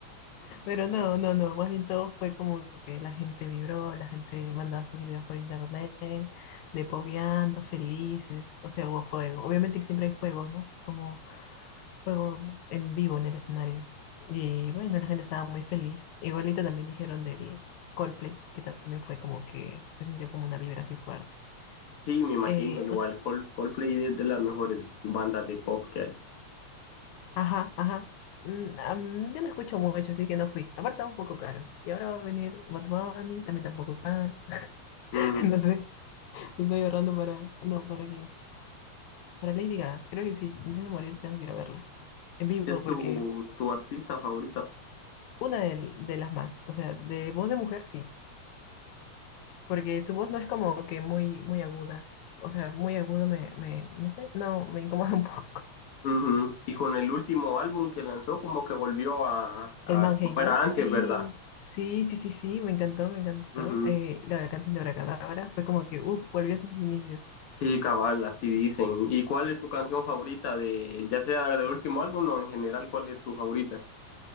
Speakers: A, on the left; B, on the left.
A: Pero no, no, no, más bien todo fue como que la gente vibró, la gente mandaba sus videos por internet, de pogueando, felices, o sea, hubo fuego. Obviamente que siempre hay fuegos, ¿no? Como fuego en vivo en el escenario. Y bueno, la gente estaba muy feliz. Igualito también dijeron del Coldplay, que también fue como que se sintió como una vibra así fuerte.
B: sí, me imagino.
A: Eh,
B: Igual
A: otro,
B: Col- Coldplay es de las mejores bandas de pop que hay.
A: ajá, ajá. Mm, am, yo no escucho mucho, así que no fui. Aparte, estaba un poco caro. Y ahora va a venir Bad Bunny, también está un poco caro. <laughs>
B: Mm,
A: No sé. Estoy ahorrando para... No, ¿para quién? Para Lady Gaga. Creo que sí. Antes de morir tengo que ir a verla. En vivo,
B: ¿Es tu,
A: porque...
B: tu artista favorita?
A: Una de, de las más. O sea, de voz de mujer sí. Porque su voz no es como que muy, muy aguda. O sea, muy aguda me, me... No sé, no, me incomoda <laughs> un poco.
B: Ujú. Y con el último álbum que lanzó, como que volvió a, a
A: El Manhain,
B: como era
A: ¿no?
B: antes,
A: Sí,
B: ¿verdad?
A: sí, sí, sí, sí. Me encantó, me encantó.
B: Ujú.
A: Eh, la, canción de Abracadabra fue como que, uff, volvió a sus inicios.
B: Sí, cabal, así dicen. ¿Y cuál es tu canción favorita de, ya sea del último álbum o en general, cuál es tu favorita?